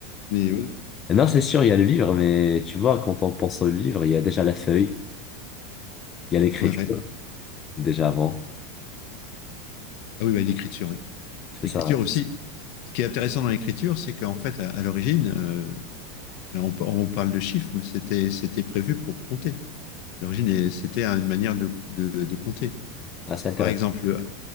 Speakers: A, on the left; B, on the left.
A: Mais ouais.
B: Non, c'est sûr, il y a le livre, mais tu vois, quand on pense au livre, il y a déjà la feuille, il y a l'écriture,
A: ouais.
B: déjà avant.
A: Ah oui, bah, l'écriture, oui.
B: C'est
A: L'écriture
B: ça. hein.
A: aussi. Ce qui est intéressant dans l'écriture, c'est qu'en fait, à, à l'origine, euh, alors on, pa- on parle de chiffres, mais c'était c'était prévu pour compter. À L'origine, et c'était une manière de, de- de compter.
B: Ah, c'est intéressant.
A: Par exemple,